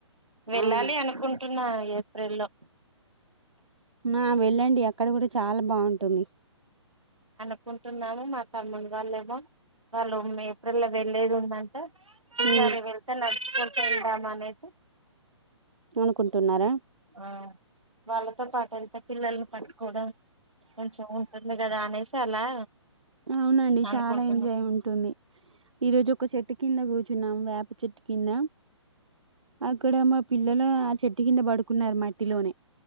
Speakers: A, on the right (about 80°); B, on the right (about 70°).
A: వెళ్ళాలి
B: అవునా
A: అనుకుం టున్న ఏప్రిల్ లో
B: ఆ వెళ్ళండి అక్కడ కూడా చాలా బాగుంటుంది
A: అనుకుంటున్నాము మా తమ్ముని వాళ్ళేమో వాళ్ళు ఏప్రిల్ లో వెళ్లేది ఉంద ఈసారి
B: ఉమ్
A: వెళ్తే నడుచుకుంట వెళ్దాం అనేసి
B: అనుకుంటున్నారా
A: ఆ వాళ్ళతో పాటు వెళ్తే పిల్లల్ని పట్టుకోవడం కొంచెం ఉంటుంది కదా అనేసి అలా
B: అవునండి
A: అనుకుంటున్నా
B: చాలా ఎంజాయ్ ఉంటుంది ఈరోజు ఒక చెట్టు కింద కూర్ చున్నాం వేప చెట్టు కింద అక్కడ మా పిల్లలు ఆ చెట్టు కింద పడుకున్నారు మట్టిలోనే